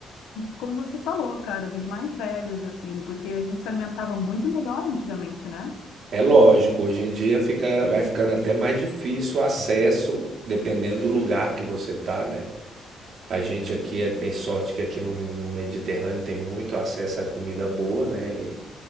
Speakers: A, on the left (about 85°); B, on the right (about 60°).
A: como você falou, cara, dos mais velhos assim, porque a gente se alimentava muito melhor antigamente, né?
B: É lógico, hoje em dia fica, vai ficando até mais difícil o acesso, dependendo do lugar que você tá, né? A gente aqui é- tem sorte que aqui no Mediterrâneo tem muito acesso à comida boa, né?